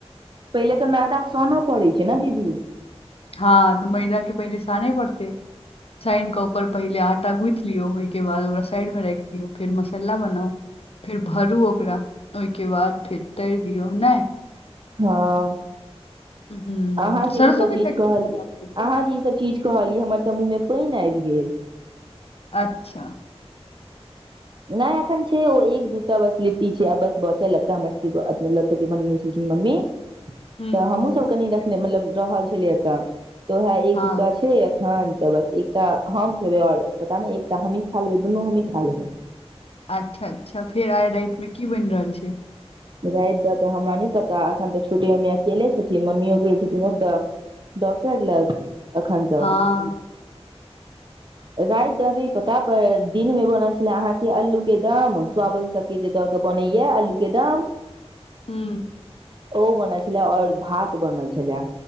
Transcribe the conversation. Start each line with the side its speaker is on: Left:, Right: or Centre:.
Right: पहिले तऽ मैदा सोनो पड़ैत छै ने दीदी
Left: हँ तऽ मैदा के पहिले सानै पड़तै सानि कऽ ओकर पहिले आँटा गुथि लियौ ओहिके बाद ओकरा साइडमे राखि दियौ फेर मसाला बनाउ फेर भरू ओकरा ओहिके बाद फेर तरि दियौ नहि
Right: हँ
Left: हूँ
Right: अहाँ जे
Left: सरसो
Right: ई सब
Left: के
Right: चीज
Left: चटनी
Right: कहलियै
Left: करऽ पड़ै छै
Right: अहाँ जे ई सब चीज कहलियै हमर तऽ मुँह मे पानि आबि गेल
Left: अच्छा
Right: नहि एखन छै ओ एक दूटा बस लिट्टी छै आ बस बचल एकत हमर सबके मतलब जे बनेने छेलखिन मम्मी तऽ
Left: हूँ हूँ
Right: हमहुँसभ कनि रखने मतलब रहल छलियै एतऽ तऽ वएह एक
Left: हँ
Right: दूटा छै एखन तऽ बस एक तऽ हम खेबै आओर पता नहि एकटा हमहीं खा लेबै दुनू हमहीं खा लेबै
Left: अच्छा अच्छा फेर आइ राति मे की बनि रहल छै
Right: राति द तऽ हमरा नहि पता एखन तऽ छोटी मम्मी अकेले छथिन मम्मी यो गेल छथिन ओतऽ डॉक्टर लग एखन तऽ
Left: हँ <inaudible>
Right: राति दऽ द नाए पता पर दिन मे बनल छलै अहाँके अल्लू के दम सवन सब के जे दऽ के बनाए आलू के दम
Left: <unintelligible>
Right: ओहो बनल छलै और भात बनल छलै